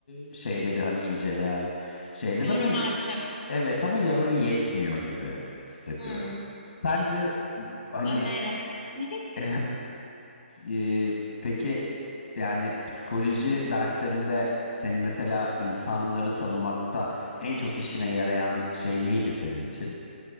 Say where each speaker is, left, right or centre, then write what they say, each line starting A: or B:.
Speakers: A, on the left (about 60°); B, on the left (about 20°).
A: e, şeyleri hani inceleyen şeyler
B: Yoruma
A: ama y-
B: açık.
A: evet ama ya böyle yetmiyor gibi hissediyorum.
B: Hmm,
A: Sence hani
B: öneri. <laughs>
A: <laughs> e, peki yani psikoloji derslerinde seni mesela insanları tanımakta
B: Hmm,
A: en çok işine yarayan şey neydi senin için?